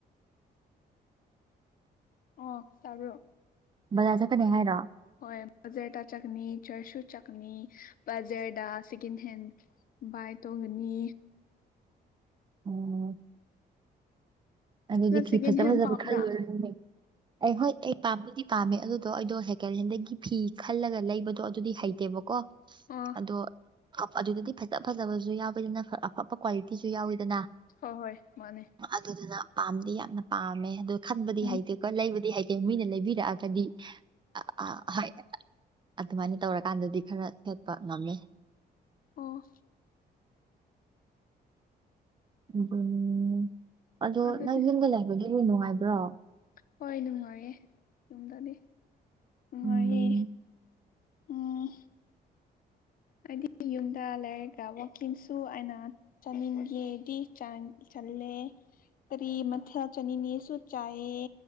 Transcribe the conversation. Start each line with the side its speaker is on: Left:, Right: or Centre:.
Left: ꯑꯣ ꯆꯔ
Right: ꯕꯖꯥꯔ ꯆꯠꯀꯅꯦ ꯍꯥꯏꯔꯣ
Left: ꯍꯣꯏ ꯕꯖꯔꯗ ꯆꯠꯅꯤ ꯆꯔꯁꯨ ꯆꯅꯤ ꯕꯖꯔꯗ ꯁꯦꯀꯦꯟ ꯍꯦꯟ ꯕꯥꯏ ꯇꯧꯒꯅꯤ
Right: ꯑꯣ ꯑꯗꯨꯗꯤ
Left: ꯅꯪ
Right: ꯐꯤ
Left: ꯁꯦꯀꯦꯟ
Right: ꯐꯖ
Left: ꯍꯦꯟ
Right: ꯐꯖꯕ
Left: ꯄꯥꯝꯕ꯭ꯔꯥ
Right: ꯈꯜꯂꯨꯔꯦ <unintelligible> ꯑꯩ ꯍꯣꯏ ꯑꯩ ꯄꯥꯝꯕꯨꯗꯤ ꯄꯥꯝꯃꯦ ꯑꯗꯨꯗꯣ ꯑꯩꯗꯣ ꯁꯦꯀꯦꯟ ꯍꯦꯜꯗꯒꯤ ꯐꯤ ꯈꯜꯂꯒ ꯂꯩꯕꯗꯣ ꯑꯗꯨꯗꯤ ꯍꯩꯇꯦꯕꯀꯣ
Left: ꯑꯣ
Right: ꯑꯗꯣ ꯑꯗꯨꯗꯗꯤ ꯐꯖ ꯐꯖꯕꯁꯨ ꯌꯥꯎꯋꯤꯗꯅ ꯑꯐꯕ ꯀ꯭ꯋꯥꯂꯤꯇꯤꯁꯨ ꯌꯥꯎꯋꯤꯗꯅ
Left: ꯍꯣꯏ ꯍꯣꯏ ꯃꯥꯅꯦ
Right: ꯑꯗꯨꯗꯨꯅ ꯄꯥꯝꯗꯤ ꯌꯥꯝꯅ ꯄꯥꯝꯃꯦ ꯑꯗꯨ ꯈꯟꯕꯗꯤ
Left: ꯎꯝ
Right: ꯍꯩꯇꯦꯀꯣ ꯂꯩꯕꯗꯤ ꯍꯩꯇꯦ ꯃꯤꯅ ꯂꯩꯕꯤꯔꯛꯑꯒꯗꯤ ꯑ ꯍꯣꯏ ꯑꯗꯨꯃꯥꯏꯅ ꯇꯧꯔꯀꯥꯟꯗꯗꯤ ꯈꯔ ꯁꯦꯠꯄ ꯉꯝꯃꯦ
Left: ꯑꯣ
Right: ꯎꯝ ꯑꯗꯣ
Left: ꯑꯗꯨꯗꯤ
Right: ꯅꯪ ꯌꯨꯝꯗ ꯂꯩꯕꯒꯤ ꯅꯨꯡꯉꯥꯏꯕ꯭ꯔꯣ
Left: ꯍꯣꯏ ꯅꯨꯡꯉꯥꯏꯌꯦ ꯌꯨꯝꯗꯗꯤ ꯅꯨꯡꯉꯥꯏꯌꯦ
Right: ꯎꯝ
Left: ꯎꯝ ꯑꯩꯗꯤ ꯌꯨꯝꯗ ꯂꯩꯔꯒ ꯋꯥꯛꯀꯤꯡꯁꯨ ꯑꯩꯅ ꯆꯅꯤꯡꯒꯦꯗꯤ ꯆꯥꯡ ꯆꯜꯂꯦ ꯀꯔꯤ ꯃꯊꯦꯜ ꯆꯥꯅꯤꯉꯦꯁꯨ ꯆꯥꯏꯌꯦ